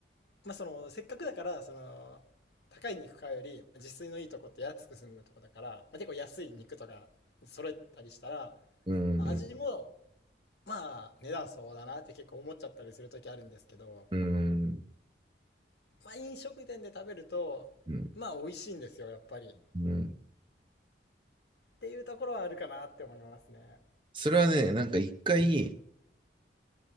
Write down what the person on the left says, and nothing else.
まあ、そのせっかくだからその高い肉買うより自炊のいいとこって安く済むとこだから、まあ、結構安い肉とか揃えたりしたら
味も、まあ、値段そうだなって結構思っちゃったりする時あるんですけど、
まあ、飲食店で食べると、
まあ、美味しいんですよ、やっぱり。
っていうところはあるかなって思いますね。